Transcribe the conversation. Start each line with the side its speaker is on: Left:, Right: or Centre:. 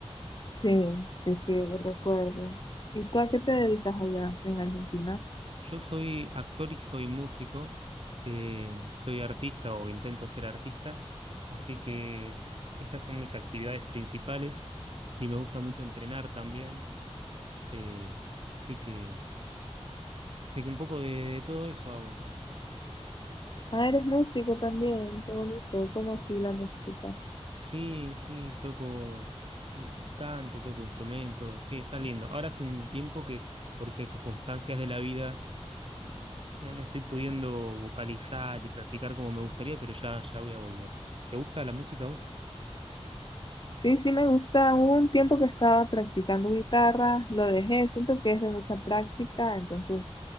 Left: Sí, sí, sí, lo recuerdo. ¿Y tú a qué te dedicas allá en Argentina?
Right: Yo soy actor y soy músico, eh, soy artista o intento ser artista, así que esas son mis actividades principales y me gusta mucho entrenar también, eh, así que, así que un poco de de todo eso hago.
Left: Ah, eres músico también, qué bonito, ¿cómo así la música?
Right: Sí, sí, toco eh, canto, toco instrumentos, sí, está lindo. Ahora hace un tiempo que por circunstancias de la vida eh, no, no estoy pudiendo vocalizar y practicar como me gustaría, pero ya, ya voy a volver. ¿Te gusta la música a vos?
Left: Sí, sí me gusta. Hubo un tiempo que estaba practicando guitarra, lo dejé, siento que es de mucha práctica, entonces